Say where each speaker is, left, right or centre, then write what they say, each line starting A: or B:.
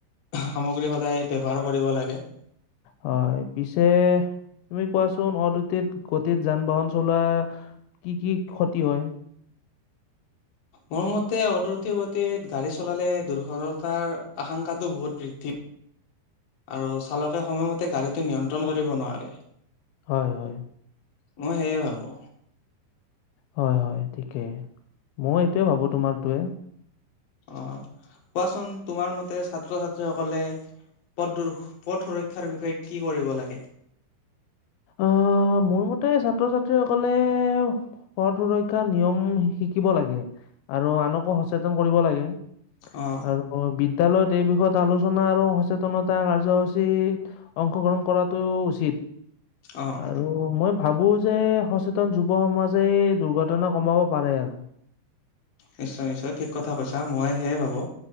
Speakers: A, on the left; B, on the left.
A: সামগ্ৰী সদায় ব্যৱহাৰ কৰিব লাগে।
B: হয়। পিছে তুমি কোৱাচোন অদতিত গতিত যান বাহন চলোৱা কি কি ক্ষতি হয়?
A: মোৰ মতে অদ্ৰতি গতিত গাড়ী চলালে দৰ্ঘটতাৰ আশংকাটো বহুত বৃদ্ধি আৰু চালকে সময়মতে গাড়ীটো নিয়ন্ত্ৰণ কৰিব নোৱাৰে।
B: হয় হয়।
A: মই সেইয়ে ভাবো।
B: হয় হয় ঠিকেই, মই এইটোৱে ভাবোঁ তোমাৰটোৱে।
A: অঁ কোৱাচোন তোমাৰ মতে ছাত্ৰ ছাত্ৰীসকলে পথ পথ সুৰক্ষাৰ বিষয়ে কি কৰিব লাগে?
B: অঁ মোৰ মতে ছাত্ৰ ছাত্ৰীসকলে পথ সুৰক্ষাৰ নিয়ম শিকিব লাগে, আৰু আনকো সচেতন কৰিব লাগে।
A: অ',
B: আৰু বিদ্যালয়ত এই বিষয়ত আলোচনা আৰু সচেতনতা কাৰ্যসূচী অংশগ্ৰহণ কৰাটো উচিত,
A: অ',
B: আৰু মই ভাবো যে সচেতন যুৱ সমাজে দুৰ্ঘটনা কমাব পাৰে আৰু।
A: নিশ্চয় নিশ্চয় ঠিক কথা কৈছা, মই সেয়ে ভাবো।